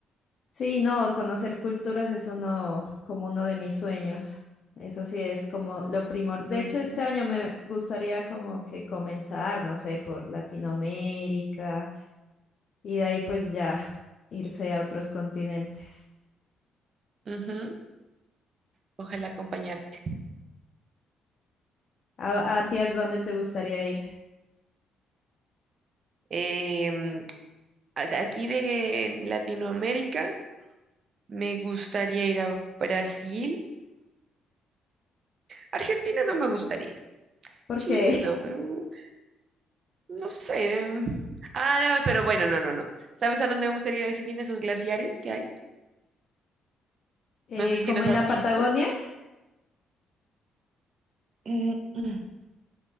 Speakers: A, on the left; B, on the right.
A: Sí, no, conocer culturas es uno como uno de mis sueños. Eso sí es como lo primor. De
B: Ujú,
A: hecho, este año me gustaría como que comenzar, no sé, por Latinoamérica y de ahí pues ya irse a otros continentes.
B: ujú. Ojalá acompañarte.
A: ¿A, a ti a dónde te gustaría ir?
B: Em, a- de aquí de Latinoamérica me gustaría ir a Brasil. Argentina no me gustaría.
A: Porque
B: Chile no, Perú, no sé. em. Ah, no, pero bueno, no, no, no. ¿Sabes a dónde me gustaría ir a Argentina? Esos glaciares que hay.
A: <laughs> eh,
B: No sé si
A: como
B: los
A: en
B: has
A: la
B: visto.
A: Patagonia.
B: <clears throat>